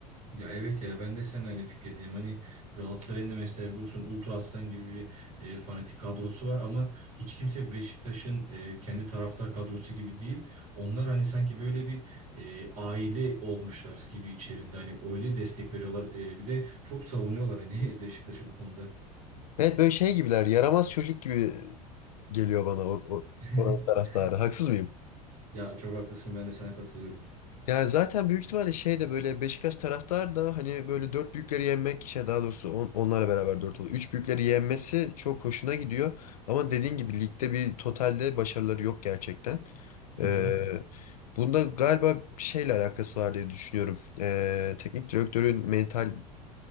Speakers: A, on the right; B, on the left.
A: Ya evet ya ben de sen aynı fikirdeyim. Hani Galatasaray'ın da mesela biliyorsun Ultra Aslan gibi bir e, fanatik kadrosu var ama hiç kimse Beşiktaş'ın e, kendi taraftar kadrosu gibi değil. Onlar hani sanki böyle bir e, aile olmuşlar gibi içerisinde. Hani öyle destek veriyorlar. E, bir de çok savunuyorlar hani <laughs> Beşiktaş'ı bu konuda.
B: Evet böyle şey gibiler, yaramaz çocuk gibi geliyor bana or, or-
A: <laughs>
B: oranın taraftarı. Haksız mıyım?
A: Ya çok haklısın ben de sana katılıyorum.
B: Yani zaten büyük ihtimalle şey de böyle Beşiktaş taraftar da hani böyle dört büyükleri yenmek şey daha doğrusu on, onlarla beraber dört oluyor. Üç büyükleri yenmesi çok hoşuna gidiyor. Ama dediğin gibi ligde bir totalde başarıları yok gerçekten. Ee,
A: Hı hı.
B: bunda galiba bir şeyle alakası var diye düşünüyorum. Ee, teknik direktörün mental